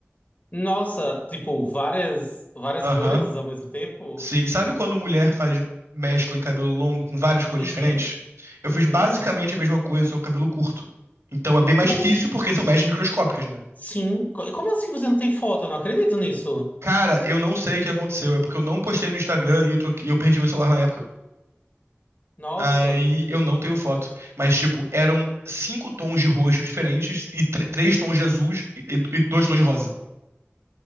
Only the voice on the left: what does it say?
Nossa, tipo, várias, várias
cores ao mesmo tempo?
Uhum.
Uhum.
Co-
Sim. Co- E como assim você não tem foto? Eu não acredito nisso.
Nossa.